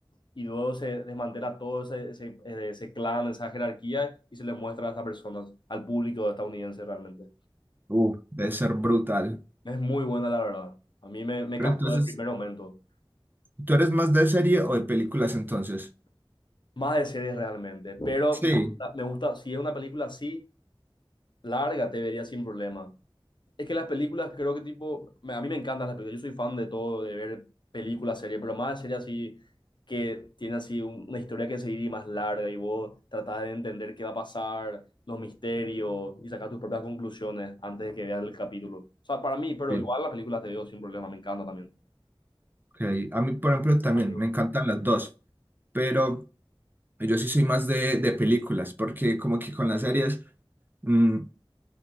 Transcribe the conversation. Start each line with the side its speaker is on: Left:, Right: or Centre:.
Left: y luego se desmantela todo ese, ese, eh, ese clan, esa jerarquía, y se le muestra a estas personas, al público estadounidense realmente.
Right: Uf, debe ser brutal.
Left: Es muy buena, la verdad. A mí me, me
Right: Pero
Left: captó
Right: entonces,
Left: desde el primer momento.
Right: ¿tú eres más de serie o de películas entonces?
Left: Más de series realmente, pero
Right: Sí,
Left: me gusta, me gusta, si es una película así, larga, te vería sin problema. Es que las películas creo que tipo, me- a mí me encantan las películas, yo soy fan de todo, de ver películas, series, pero más de series así que tiene así un- una historia que seguir y más larga y vos tratás de entender qué va a pasar, los misterios y sacar tus propias conclusiones antes de que veas el capítulo. O sea, para mí, pero
Right: sí.
Left: igual las películas te veo sin problema, me encanta también.
Right: Ok. A mí, por ejemplo, también
Left: Ah, qué-
Right: me encantan las dos, pero yo sí soy más de, de películas, porque como que con las series mm,